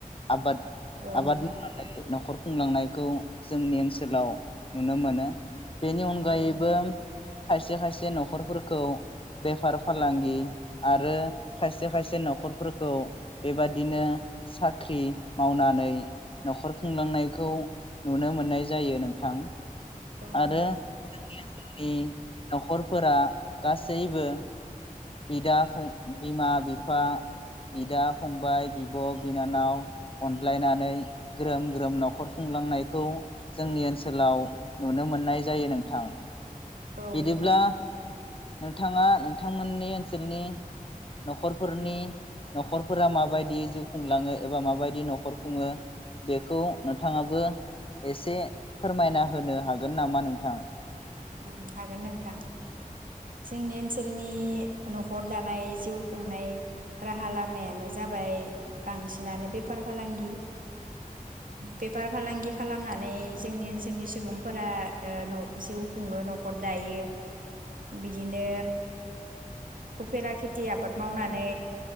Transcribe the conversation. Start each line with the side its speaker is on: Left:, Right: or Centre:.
Left: आबाद
Right: औ
Left: आबाद
Right: नोंथां।
Left: मावनानै न'खर खुंलांनायखौ जोंनि ओनसोलाव नुनो मोनो बेनि अनगायैबो
Right: औ नोंथां
Left: खायसे खायसे न'खरफोरखौ बेफार फालांगि आरो खायसे खायसे न'खरफोरखौ बेबादिनो साख्रि मावनानै नखर खुंलांनायखौ नुनो मोननाय जायो नोंथां।
Right: औ
Left: आरो
Right: नोंथां
Left: जोंनि नि न'खरफोरा गासैबो बिदा फं बिमा बिफा बिदा फंबाय बिब बिनानाव अनज्लायनानै ग्रोम ग्रोम नखर खुंलांनायखौ जोंनि ओनसोलाव नुनो मोननाय जायो नोंथां।
Right: औ
Left: बिदिब्ला
Right: नोंथां।
Left: नोंथाङा नोंथांमोननि नि ओनसोलनि न'खरफोरनि न'खरफ्रा माबायदि जिउ खुंलाङो एबा माबायदि नखर खुङो बेखौ नोंथाङाबो एसे फोरमायना होनो हागोन नामा नोंथां?
Right: उम हागोन नोंथां जोंनि ओनसोलनि नखर दानाय जिउ खुंनाय राहा लामायानो जाबाय बांसिनानो बेफार फालांगि बेफार फालांगि खालामनानै जोंनि ओनसोलनि सुबुंफोरा ओ न जिउ खुङो नखर दायो बिदिनो उफेरा खेथि आबाद मावनानै